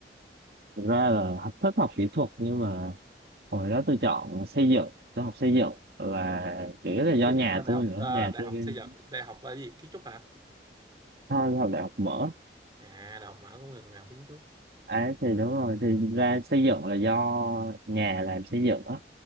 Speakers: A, on the right; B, on the right.
A: thực ra là học- thích học kỹ thuật nhưng mà hồi đó tôi chọn xây dựng tôi học xây dựng là chủ yếu là
B: học
A: do
B: xây
A: nhà
B: dựng bên đại
A: tôi
B: học
A: nữa
B: ờ,
A: nhà
B: đại
A: tôi
B: học xây dựng đại học là gì kiến trúc hả
A: thôi học đại học mở
B: à đại học mở cũng gần nào kiến trúc
A: ấy thì đúng rồi thì ra xây dựng là do nhà làm xây dựng á